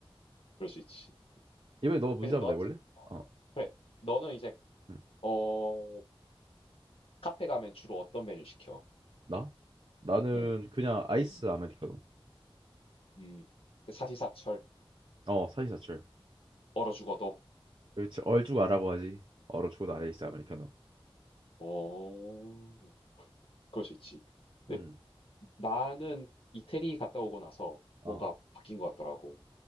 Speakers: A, on the left; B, on the right.
A: 그럴 수 있지.
B: 이번에 너 문제
A: 근데
B: 한번
A: 너 같은
B: 내볼래?
A: 어.
B: 어,
A: 그래. 너는 이제
B: 응.
A: 어 카페 가면 주로 어떤 메뉴 시켜?
B: 나? 나는
A: 응,
B: 그냥 아이스
A: 음
B: 아메리카노.
A: 음. 음. 사시사철
B: 어, 사이사철.
A: 얼어 죽어도.
B: 그렇지, 얼죽아라고 하지. 얼어 죽어도 아이스 아메리카노.
A: 어. 그럴 수 있지. 근데
B: 음,
A: 나는 이태리 갔다 오고 나서
B: 어.
A: 뭔가 바뀐 것 같더라고.